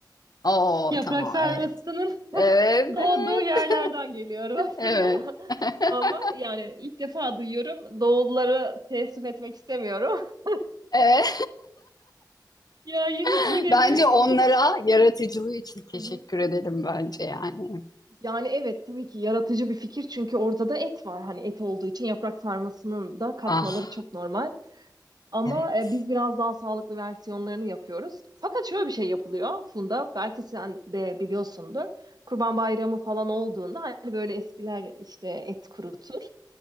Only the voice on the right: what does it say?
Yaprak
sarmasının
<laughs>
doğduğu
yerlerden geliyorum aslında.
<laughs>
Ama yani ilk defa duyuyorum. Doğulları teessüf etmek istemiyorum. <laughs>
Ya yine
yine
de
bu
Hı hı.
Yani evet tabii ki yaratıcı bir fikir çünkü orada da et var. Hani et olduğu için yaprak sarmasının da katmaları
çok normal. Ama
e, biz biraz daha sağlıklı versiyonlarını yapıyoruz. Fakat şöyle bir şey yapılıyor Funda. Belki sen de biliyorsundur. Kurban Bayramı falan olduğunda hani böyle eskiler işte et kurutur.